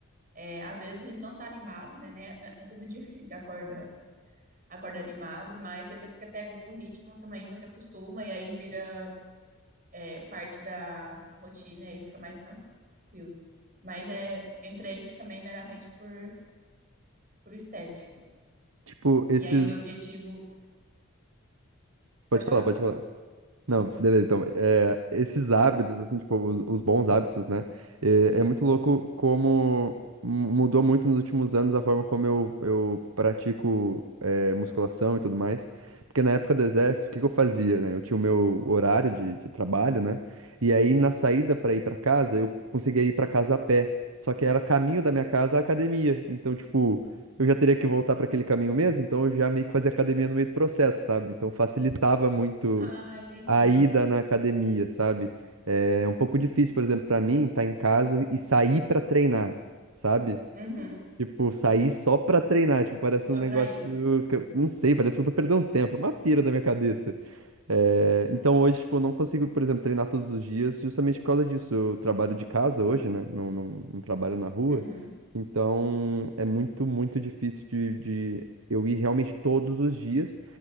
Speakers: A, on the right; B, on the right.
A: É, às vezes a gente não tá animado, né? né? Não é todo <laughs> dia que a gente acorda, acorda animado, mas depois que você pega o ritmo também, você acostuma e aí vira, é, parte da rotina e fica mais tranquilo. Mas é, entrei também meramente por, por estética.
B: Tipo, esses.
A: E aí o meu objetivo.
B: Pode
A: Pode falar?
B: falar, pode falar. Não, beleza. Então, é, esses hábitos, assim, tipo, os, os bons hábitos, né? É, é muito louco como mu- mudou muito nos últimos anos a forma como eu, eu pratico é, musculação e tudo mais. Porque na época do exército, o que que eu fazia, né? Eu tinha o meu horário de, de trabalho, né? E aí, na saída para ir para casa, eu conseguia ir para casa a pé. Só que era caminho da minha casa à academia. Então, tipo, eu já teria que voltar para aquele caminho mesmo, então eu já meio que fazia academia no meio do processo, sabe? Então facilitava muito
A: Ah, entendi.
B: a ida na academia, sabe? É um pouco difícil, por exemplo, pra mim, estar em casa e sair pra treinar, sabe?
A: Uhum,
B: Tipo, sair só pra treinar, tipo, parece
A: só
B: um negócio
A: pra isso.
B: que eu não sei, parece que eu tô perdendo tempo, é uma pira da minha cabeça. É, então hoje, tipo, eu não consigo, por exemplo, treinar todos os dias justamente por causa disso. Eu trabalho de casa hoje, né? Não, não, não trabalho na rua.
A: Uhum,
B: Então é muito, muito difícil de, de eu ir realmente todos os dias.